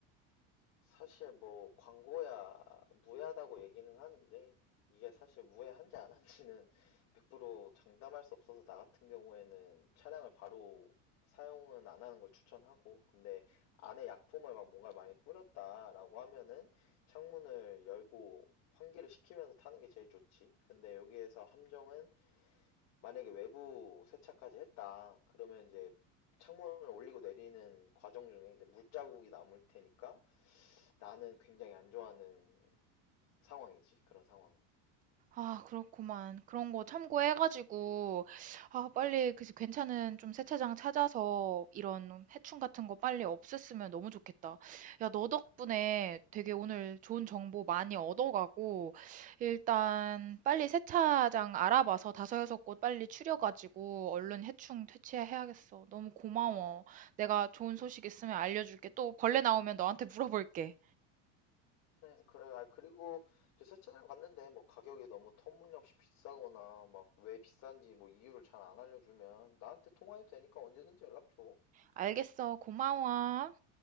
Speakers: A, on the left (about 45°); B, on the right (about 25°).
A: 사실 뭐 광고야 무해하다고 얘기는 하는데 이게 사실 무해한지 안 한지는 100% 장담할 수 없어서 나 같은 경우에는 차량을 바로 사용은 안 하는 걸 추천하고 근데 안에 약품을 막 뭔가 많이 뿌렸다라고 하면은 창문을 열고 환기를 시키면서 타는 게 제일 좋지. 근데 여기에서 함정은 만약에 외부 세차까지 했다. 그러면 이제 창문을 올리고 내리는 과정 중에 이제 물자국이 남을 테니까 나는 굉장히 안 좋아하는 상황이지, 그런 상황은.
B: 아, 그렇구만. 그런 거 참고해가지고, 아, 빨리 그 괜찮은 좀 세차장 찾아서 이런 해충 같은 거 빨리 없앴으면 너무 좋겠다. 야, 너 덕분에 되게 오늘 좋은 정보 많이 얻어가고, 일단 빨리 세차장 알아봐서 다섯 여섯 곳 빨리 추려가지고 얼른 해충 퇴치해야겠어. 너무 고마워. 내가 좋은 소식 있으면 알려줄게. 또 벌레 나오면 너한테 물어볼게.
A: 음, 그래. 아, 그리고 저 세차장 갔는데 뭐 가격이 너무 터무니없이 비싸거나 막 왜 비싼지 뭐 이유를 잘 안 알려주면 나한테 통화해도 되니까 언제든지 연락 줘.
B: 알겠어. 고마워.